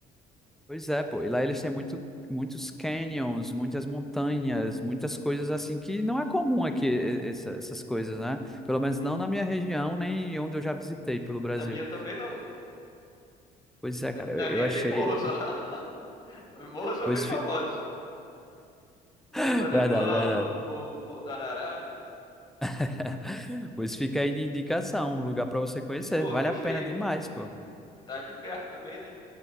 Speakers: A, in the centre; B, on the left (about 25°).
A: Pois é, pô. E lá eles têm muito, muitos canyons, muitas montanhas, muitas coisas assim que não é comum aqui, e- essa- essas coisas, né? Pelo menos
B: Sim.
A: não na minha região, nem onde eu já visitei pelo Brasil.
B: Na minha também não.
A: Pois é, cara,
B: Na
A: eu,
B: na
A: eu
B: minha
A: achei.
B: tem morro só. <laughs> Os morros são
A: Pois,
B: bem famosos.
A: fi-
B: Morro
A: <laughs>
B: do Alemão,
A: verdade, verdade.
B: Morro, Morro do Arará.
A: <laughs> Pois fica aí de indicação, um lugar para você conhecer.
B: Pô,
A: Vale
B: gostei,
A: a pena demais,
B: gostei.
A: pô.
B: E tá aqui perto também, né?